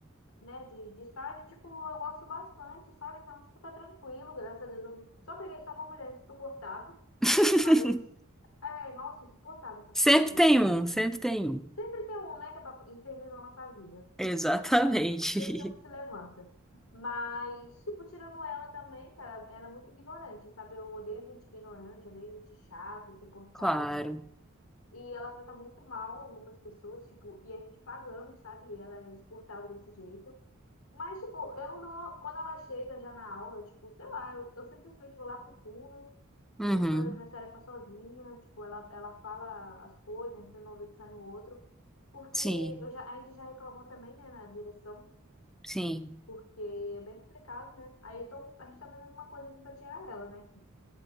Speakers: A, on the left; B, in the centre.
A: né, de, de estágio, tipo, eu gosto bastante, sabe? Então, tipo, tá tranquilo, graças a Deus. Eu só peguei só uma mulher insuportável,
B: <laughs>
A: mas, é, nossa, insuportável essa professora.
B: Sempre tem um, sempre tem um.
A: Sempre tem um, né, que é pra infernizar a nossa vida.
B: Exatamente.
A: <laughs> Sempre tem um que se
B: <laughs>
A: levanta. Mas, tipo, tirando ela também, cara, ela é muito ignorante, sabe? Eu odeio gente ignorante, odeio gente chata, insuportável.
B: Claro.
A: E ela trata muito mal algumas pessoas, tipo, e a gente pagando, sabe? E ela é insuportável desse jeito. Mas, tipo, eu não. Quando ela chega já na aula, tipo, sei lá, eu, eu simplesmente vou lá pro fundo
B: Uhum.
A: e fico fazendo minhas tarefas sozinha. Tipo, ela, ela fala as coisas, entra no ouvido e sai no outro. Porque
B: Sim,
A: eu já, a gente já reclamou também, né, na direção,
B: sim,
A: porque é bem complicado, né? Aí então a gente tá fazendo uma coisa assim pra tirar ela, né?